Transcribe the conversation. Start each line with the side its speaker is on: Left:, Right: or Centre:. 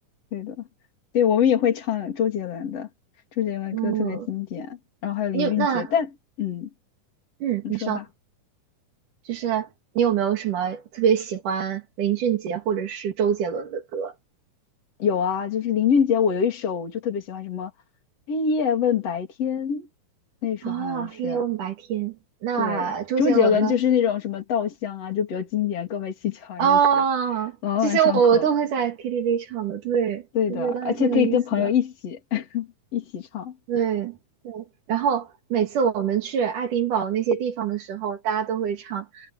Left: 对的，对，我们也会唱周杰伦的，周杰伦的歌特别经典，
Right: 嗯，
Left: 然后还有林俊杰，
Right: 你有那
Left: 但嗯，
Right: 嗯，
Left: 你说吧。
Right: 你说，就是你有没有什么特别喜欢林俊杰或者是周杰伦的歌？
Left: 有啊，就是林俊杰，我有一首我就特别喜欢，什么黑夜问白天，那首好像是。
Right: 哦，黑夜问白天，那周杰伦呢？
Left: 对，周杰伦就是那种什么稻香啊，就比较经典，告白气球巧那些，
Right: 啊，
Left: 朗朗上口。
Right: 这些我都会在 KTV 唱的，对，
Left: 对的，
Right: 我觉得还挺有意思的，
Left: 而且可以跟朋友一起 <laughs> 一起唱。
Right: 对对。然后每次我们去爱丁堡那些地方的时候，大家都会唱，